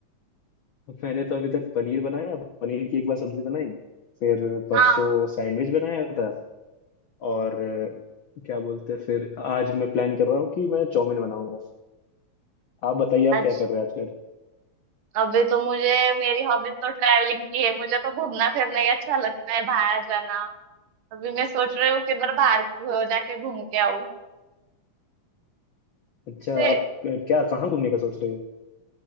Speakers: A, on the left; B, on the right.
A: अ, मैंने तो अभी तक पनीर बनाया पनीर की एक बार सब्जी बनाई फिर
B: हाँ
A: परसों सैंडविच बनाया था और अ, क्या बोलते हैं फिर आज मैं प्लान कर रहा हूँ कि मैं चाउमीन बनाऊंगा आप बताइए
B: आज
A: आप क्या कर रहे हैं आजकल
B: अभी तो मुझे मेरी हॉबीज तो ट्रैवलिंग की है मुझे तो घूमना फिरना ही अच्छा लगता है बाहर जाना अभी मैं सोच रही हूँ किधर बाहर घू- जाके घूम के आऊँ
A: अच्छा
B: से
A: आप क्या कहाँ घूमने का सोच रहे हो